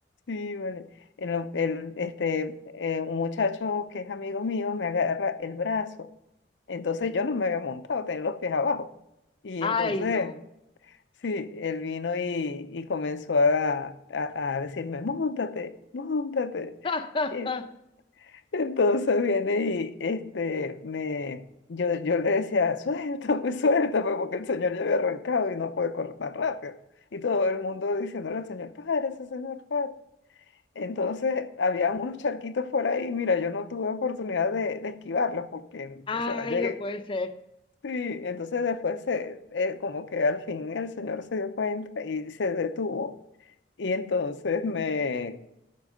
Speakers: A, on the left; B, on the left.
A: Sí, vale. El, o- el, este, eh, un muchacho que es amigo mío me agarra el brazo. Entonces yo no me había montado, tenía los pies abajo. Y
B: Ay,
A: entonces,
B: no.
A: sí, él vino y, y comenzó a, a, a decirme, móntate, móntate.
B: <laughs>
A: Y entonces viene y este, me, yo, yo le decía, suéltame, <laughs> suéltame, porque el señor ya había arrancado y no puede correr tan rápido. Y todo el mundo diciéndole al señor, párese, señor, párese. Entonces, había unos charquitos por ahí, mira, yo no tuve oportunidad de, de esquivarlos porque,
B: Ay,
A: o sea, llegué,
B: no puede ser.
A: sí, entonces después se, eh, como que al fin el señor se dio cuenta y se detuvo y entonces me,